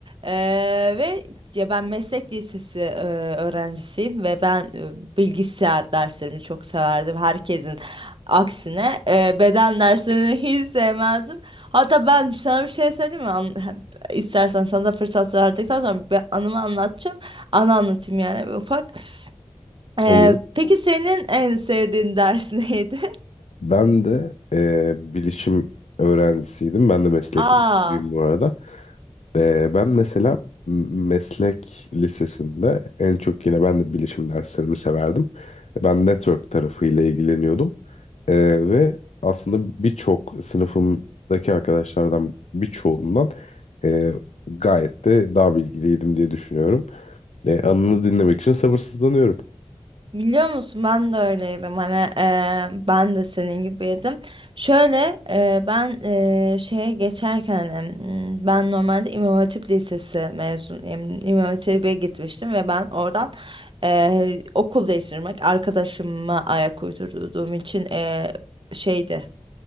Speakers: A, on the right; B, on the left.
A: Ee, ve ya ben meslek lisesi e, öğrencisiyim ve ben e, bilgisayar derslerimi çok severdim. Herkesin aksine e, beden derslerini <laughs> hiç sevmezdim. Hatta ben sana bir şey söyleyeyim mi? An- İstersen sana da fırsat verdikten sonra bir anımı anlatacağım. Anı anlatayım yani bir ufak. Ee,
B: olur.
A: peki senin en sevdiğin ders <laughs> neydi?
B: Ben de eee, bilişim öğrencisiydim. Ben de meslek
A: Aa,
B: okuduyum bu arada. Eee, ben mesela m- meslek lisesinde en çok yine ben de bilişim derslerimi severdim. Ben network tarafıyla ilgileniyordum. Eee, ve aslında birçok sınıfımdaki arkadaşlardan birçoğundan eee, gayet de daha bilgiliydim diye düşünüyorum. Eee anını dinlemek için sabırsızlanıyorum.
A: biliyor musun ben de öyleydim hani eee, ben de senin gibiydim. Şöyle eee, ben eee, şeye geçerken hani, m, ben normalde İmam Hatip Lisesi mezunuyum. İmam Hatip'e gitmiştim ve ben oradan eee, okul değiştirmek arkadaşıma ayak uydurduğum için eee, şeydi.